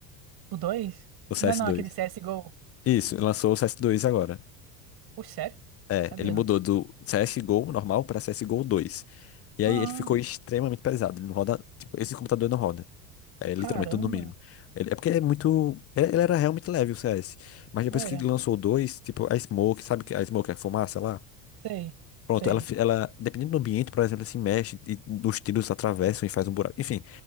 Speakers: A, on the right; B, on the left.
A: o dois
B: O cs
A: Não, é não,
B: dois?
A: aquele CSGO.
B: Isso, lançou o cs dois agora.
A: Pô, sério?
B: É,
A: Sabia
B: ele mudou
A: não.
B: do CSGO normal pra CSGO dois. E
A: Ah,
B: aí ele ficou extremamente pesado. Ele não roda. Tipo, esse computador não roda. É literalmente
A: caramba.
B: tudo no mínimo. Ele- é porque é muito. Ele, ele era realmente leve o CS. Mas depois
A: Era.
B: que lançou o 2, tipo, a Smoke, sabe que a Smoke é a fumaça lá?
A: Sei,
B: Pronto,
A: sei.
B: ela, fi- ela, dependendo do ambiente, por exemplo, ela se mexe e os tiros atravessam e faz um buraco. Enfim,